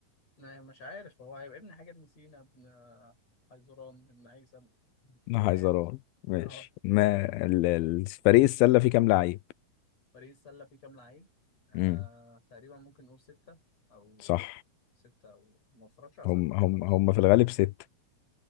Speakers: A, on the left; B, on the left.
A: لا، مش عارف هو هيبقى ابن حاجة ابن سينا ابن حيزران ابن هيثم
B: نهزران
A: كده يعني
B: ماشي
A: اه
B: ما
A: كده يعني
B: ال- ال- فريق السله فيه كام لعيب
A: باريس سلة فيه كام لعيب آه
B: امم
A: تقريبا ممكن نقول ستة أو
B: صح
A: ستة أو ما اتفرجش على السلة
B: هم
A: دي
B: هم
A: خالص
B: هم في الغالب ستة